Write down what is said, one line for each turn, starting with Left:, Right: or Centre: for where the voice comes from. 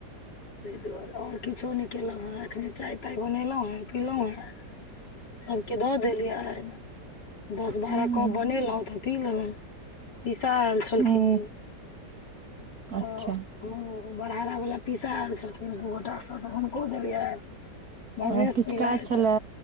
Left: तइ दुआरे ओर किछो नै केलौं हँ, एखने चाय- ताय बनेलौं हेँ पीलौं हेँ। सबके दऽ देलियैन दस -बारह
Right: हँ
Left: कप बनेलौं तऽ पी लेलौं। पीसा आयल छलखिन
Right: हँ
Left: तऽ
Right: अच्छा
Left: ओ बरहारा बला पीसा आयल छलखिन दू गोटासँ तऽ हुनको देलियैन। भवेश
Right: हँ, किछु
Left: पीलैत
Right: काज छलै